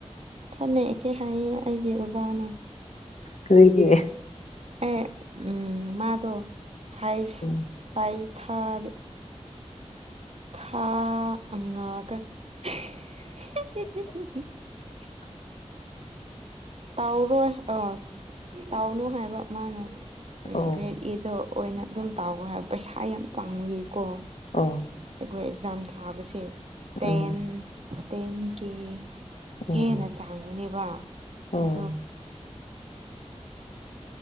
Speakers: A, on the right; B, on the left.
A: ꯊꯣꯠꯅꯩ ꯀꯩ ꯍꯥꯏꯌꯦ ꯑꯩꯒꯤ ꯑꯣꯖꯥꯅ
B: ꯀꯔꯤꯒꯤ
A: ꯑꯦ ꯎꯝ ꯃꯥꯗ ꯐꯥꯏꯚ
B: ꯎꯝ
A: ꯐꯥꯏꯚ ꯊꯥꯗ ꯊꯥ ꯑꯉꯥꯡꯒ <unintelligible> ꯇꯥꯎꯔꯣꯏ ꯑ ꯇꯥꯎꯅꯨ ꯍꯥꯏꯕ ꯃꯥꯅ ꯎꯝ
B: ꯑꯣ
A: ꯒ꯭ꯔꯦꯠ ꯑꯦꯗꯣ ꯑꯣꯏꯅ ꯑꯗꯨꯝ ꯇꯧꯈ꯭ꯔꯣ ꯍꯥꯏꯕ ꯄꯩꯁꯥ ꯌꯥꯝ ꯆꯥꯡꯏꯀꯣ
B: ꯑꯣ
A: ꯑꯩꯈꯣꯏ ꯑꯦꯛꯖꯥꯝ ꯊꯥꯕꯁꯦ ꯇꯦꯟ
B: ꯎꯝ
A: ꯇꯦꯟ ꯀꯦ
B: ꯑꯣ
A: ꯍꯦꯟꯅ ꯆꯥꯡꯕꯅꯦꯕ
B: ꯑꯣ
A: ꯑꯗꯣ